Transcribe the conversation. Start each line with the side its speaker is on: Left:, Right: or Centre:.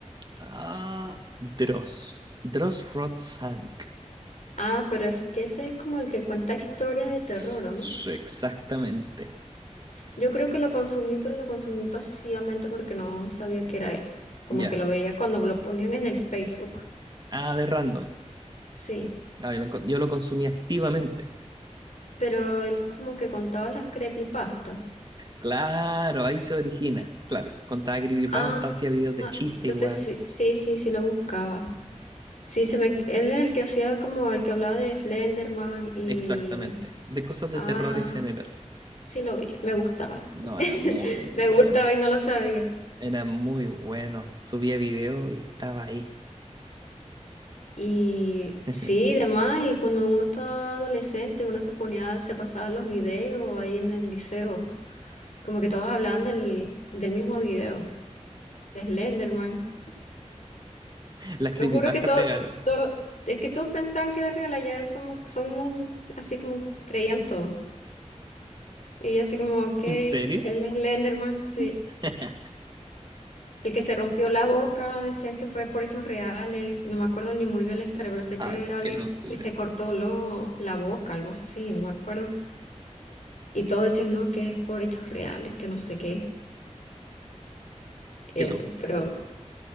Right: ah, Dross, Dross Rotzank.
Left: Ah, pero es que ese es como el que cuenta historias de terror,
Right: Ts-
Left: ¿o no?
Right: Exactamente.
Left: Yo creo que lo consumí, pero lo consumí pasivamente porque no sabía que era él. Como
Right: Ya.
Left: que lo veía cuando lo ponían en el Facebook.
Right: Ah, de random.
Left: Sí,
Right: Ah, yo lo, encon- yo lo consumí activamente.
Left: pero él como que contaba las creepypastas.
Right: Claro, ahí se origina. Claro, contaba creepypasta,
Left: Ah,
Right: hacía videos de
Left: ah,
Right: chiste
Left: entonces
Right: igual.
Left: sí, sí, sí, sí lo buscaba. Sí, se me, él es el que hacía como el que hablaba de Slenderman y...
Right: Exactamente. De cosas de
Left: Ah,
Right: terror en general.
Left: sí lo vi, me gustaba.
Right: No,
Left: <laughs>
Right: era muy bueno.
Left: Me gustaba y no lo sabía.
Right: Era muy bueno. Subía video y estaba ahí.
Left: Y
Right: <laughs>
Left: sí, demás, y cuando uno estaba adolescente, uno se ponía, se pasaba los videos ahí en el liceo, como que todos hablaban del, del mismo video, de Slenderman.
Right: Las creepypastas
Left: Yo juro que todo,
Right: pegaron.
Left: todo, es que todos pensaban que era real, allá somos, somos así como creían todo. Y así como, ok,
Right: ¿En serio?
Left: el Slenderman, sí.
Right: <laughs>
Left: El que se rompió la boca, decían que fue por hechos reales, no me acuerdo ni muy bien la historia, pero sé
Right: Ah,
Left: que era alguien
Right: qué locura.
Left: que se cortó lo- la boca, algo así, no me acuerdo. Y todos decían, no, que es por hechos reales, que no sé qué. Eso,
Right: Qué loco.
Left: pero